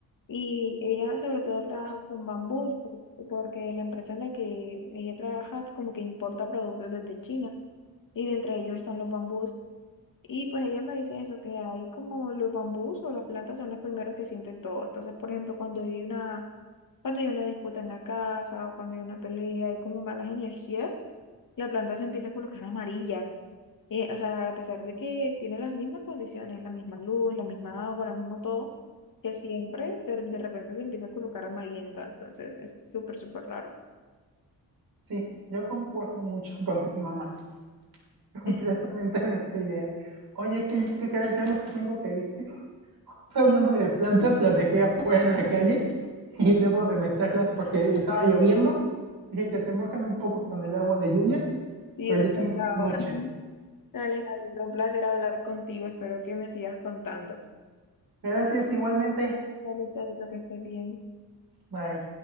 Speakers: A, on the left; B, on the right.
A: y ella sobre todo trabaja con bambús por- porque la empresa en la que ella trabaja como que importa productos desde China y de entre ellos están los bambús. Y pues ella me dice eso, que hay como los bambús o las plantas son los primeros que sienten todo. Entonces, por ejemplo, cuando hay una, cuando hay una disputa en la casa o cuando hay una pelea, hay como malas energías, la planta se empieza a colocar amarilla. Eh, o sea, a pesar de que tiene las mismas condiciones, la misma luz, la misma agua, lo mismo todo, que siempre de, de repente se empieza a colocar amarillenta. Entonces, es súper, súper raro.
B: sí, yo concuerdo mucho <laughs> con tu mamá, <laughs> completamente
A: <laughs>
B: en esta idea. Oye, ¿qué, qué crees? Ya me tengo que ir. <laughs>
A: Sí,
B: Hablando de plantas, las dejé afuera en la calle <laughs> y debo de meterlas porque estaba lloviendo. Dije que se mojan un poco con el agua de lluvia,
A: sí,
B: pero
A: después
B: ya se me hizo
A: ahora.
B: noche.
A: Dale, Javier, un placer hablar contigo. Espero que me sigas contando.
B: Gracias, igualmente.
A: Vale, chavito, que estés bien.
B: Bye.